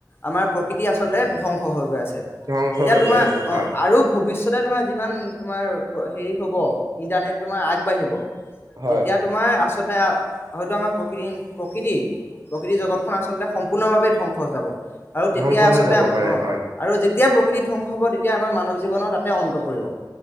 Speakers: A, on the left; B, on the right.
A: আমাৰ প্ৰকৃতি আচলতে ধ্বংস হৈ গৈ আছে। এতিয়া
B: ধ্বংস হৈ
A: তোমাৰ
B: গৈ আছে
A: অ
B: হয়।
A: আৰু ভবিষ্যত তে তোমাৰ যিমান তোমাৰ হেৰি হ'ব ইণ্টাৰনেট তোমাৰ আগবাঢ়িব।
B: হয়।
A: তেতিয়া তোমাৰ আচলতে হয়তো আমাৰ প্ৰকৃতি - প্ৰকৃতি প্ৰকৃতি জগতখন আচলতে সম্পূৰ্ণভাৱে ধ্বংস হৈ যাব আৰু তেতিয়া
B: ধ্বংস
A: আচলতে
B: হৈ যাব পাৰে
A: অ,
B: হয়,
A: আৰু যে যেতিয়া প্ৰকৃতি ধ্বংস হ'ব তেতিয়া আমাৰ মানৱ জীৱনৰ তাতে অন্ত পৰিব।